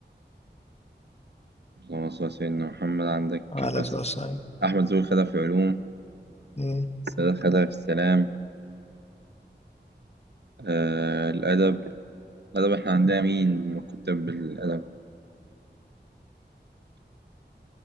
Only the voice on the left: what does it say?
على
أساس
أمم.